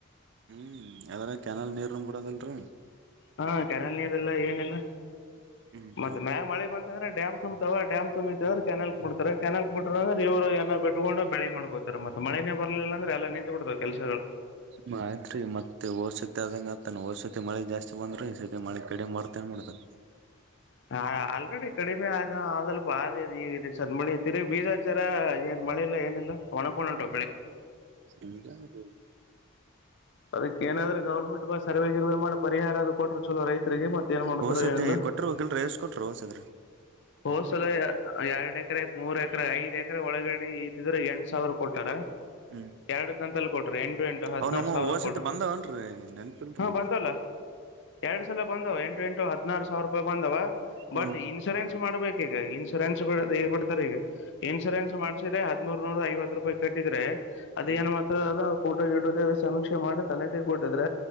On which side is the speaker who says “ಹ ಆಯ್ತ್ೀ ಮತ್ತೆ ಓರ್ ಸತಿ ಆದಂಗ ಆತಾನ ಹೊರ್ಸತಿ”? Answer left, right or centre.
Right